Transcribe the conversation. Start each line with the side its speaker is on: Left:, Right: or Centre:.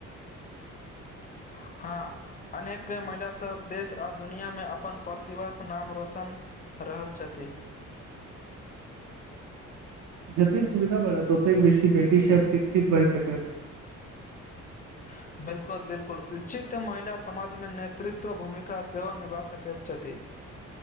Left: हँ अनेक महिला सब देश आ दुनियामे अपन प्रतिभा सँ नाम रोशन रहल छथि
Right: जतेक सुविधा बढ़त ओतेक बेसी बेटीसँ शिक्षित भए सकैत
Left: <inaudible> बिलकुल बिलकुल शिक्षित महिला समाजमे नेतृत्व भूमिका सेहो निभा सकैत छथि